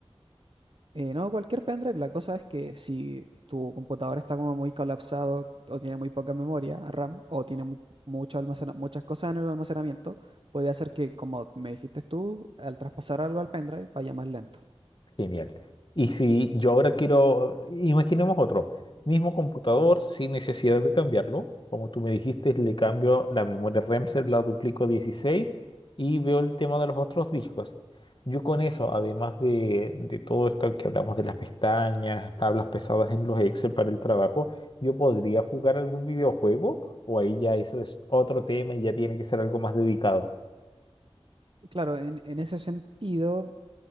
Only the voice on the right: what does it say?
Eh, no, cualquier pendrive. La cosa es que si tu computador está como muy colapsado o tiene muy poca memoria RAM o tiene muy- mucho almacena- muchas cosas en el almacenamiento, puede hacer que, como me dijiste tú, al traspasar algo al pendrive vaya más lento.
Claro, en, en ese sentido